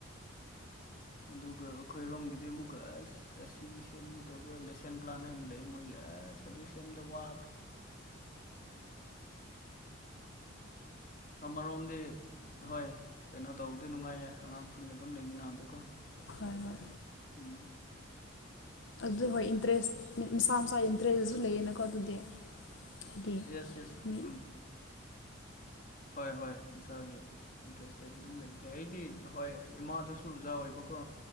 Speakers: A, on the left (about 40°); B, on the left (about 65°).
A: ꯑꯗꯨꯒ ꯑꯩꯈꯣꯏꯔꯣꯝꯒꯤꯗꯨ ꯑꯃꯨꯛꯀ ꯑꯁ ꯑꯁꯤ ꯁꯦꯝꯒꯗꯧꯕ ꯂꯦꯁꯦꯟ ꯄ꯭ꯂꯥꯟ ꯍꯥꯏꯅ ꯂꯩ ꯃꯣꯏꯒꯤ ꯑꯁ ꯑꯗꯨ ꯁꯦꯝꯗ ꯋꯥꯕꯗ ꯑꯃꯔꯣꯝꯗꯤ ꯍꯣꯏ ꯀꯩꯅꯣ ꯇꯧꯕꯗꯤ ꯅꯨꯡꯉꯥꯏꯌꯦ ꯑꯉꯥꯡꯁꯤꯡ ꯑꯗꯨꯝ ꯂꯩꯃꯤꯟꯅꯕꯗꯨꯀꯣ
B: ꯍꯣꯏ ꯍꯣꯏ
A: ꯎꯝ
B: ꯑꯗꯨꯏ ꯍꯣꯏ ꯏꯟꯇꯔꯦꯁ ꯃꯁꯥ ꯃꯁꯥ ꯏꯟꯇꯔꯦꯁꯇꯁꯨ ꯂꯩꯌꯦꯅꯀꯣ ꯑꯗꯨꯗꯤ ꯍꯥꯏꯗꯤ
A: ꯌꯦꯁ ꯌꯦꯁ
B: ꯃꯤ
A: ꯎꯝ ꯍꯣꯏ ꯍꯣꯏ ꯃꯁꯥꯒꯤ ꯏꯟꯇ꯭ꯔꯦꯁꯇ ꯑꯗꯨꯝ ꯂꯩꯔꯤ ꯂꯩ ꯑꯩꯗꯤ ꯍꯣꯏ ꯏꯃꯥꯗꯁꯨ ꯑꯣꯖꯥ ꯑꯣꯏꯕꯀꯣ